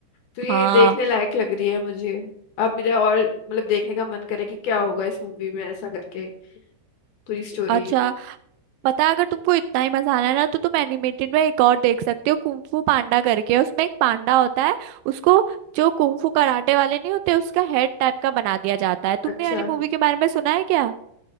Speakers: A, on the left; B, on the right.
A: तो ये
B: हाँ
A: देखने लायक लग रही है मुझे अब मेरा और मतलब देखने का मन करे कि क्या होगा इस मूवी में ऐसा करके पूरी स्टोरी
B: अच्छा पता है अगर तुमको इतना ही मजा आना है ना तो तुम एनिमेटेड में एक और देख सकते हो कुंग फू पांडा करके उसमें एक पांडा होता है उसको जो कुंग फू कराटे वाले नहीं होते उसका हेड टाइप का बना दिया जाता है तुमने
A: अच्छा
B: वाली मूवी के बारे में सुना है क्या